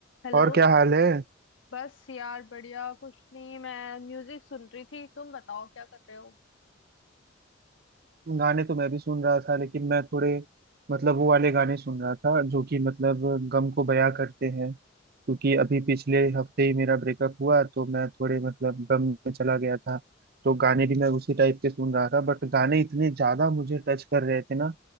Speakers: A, on the left; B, on the right.
A: Hello
B: और क्या हाल है
A: बस यार बढ़िया कुछ नहीं मैं म्यूजिक सुन रही थी तुम बताओ क्या कर रहे हो
B: गाने तो मैं भी सुन रहा था लेकिन मैं थोड़े मतलब वो वाले गाने सुन रहा था जो कि मतलब गम को बयां करते हैं क्योंकि अभी पिछले हफ्ते ही मेरा ब्रेकअप हुआ तो मैं थोड़े मतलब गम में चला गया था तो गाने भी मैं उसी टाइप के सुन रहा था बट गाने इतने ज्यादा मुझे टच कर रहे थे ना